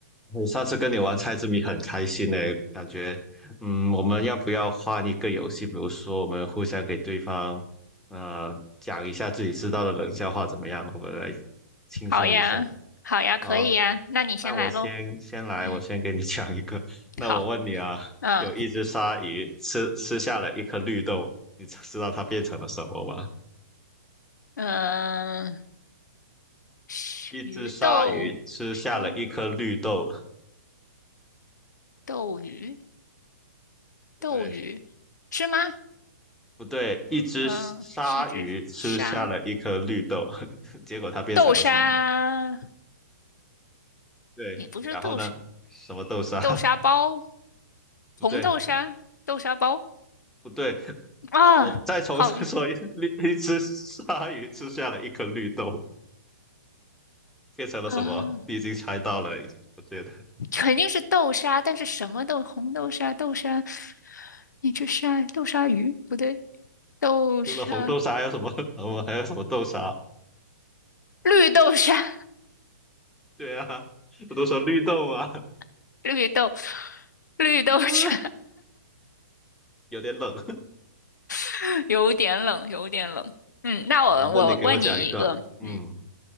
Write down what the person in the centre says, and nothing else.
我上次跟你玩猜字谜很开心呢，感觉，嗯，我们要不要换一个游戏？比如说，我们互相给对方，呃，讲一下自己知道的冷笑话，怎么样？我们来轻松一下。
好，
那我先先来，
我先给你 <laughs> 讲一个。<laughs> 那我问你啊，
有一只鲨鱼吃吃下了一颗绿豆，你知道它变成了什么吗？
一只鲨鱼吃下了一颗绿豆，
不对，
不对，一只鲨鱼吃下了一颗绿豆，
<laughs> 结果它变成了什么？
对，
然后呢？什么豆沙？<laughs>
不对，
不对，
我再重新说一次，
绿一只鲨鱼吃下了一颗绿豆，变成了什么？
你已经猜到了，已经我觉得
除了红豆沙还有什么？<laughs> 我们还有什么豆沙？
对啊，不都说绿豆吗？
<laughs> 啊，有点冷
<laughs>
啊。那你给我讲一个，嗯，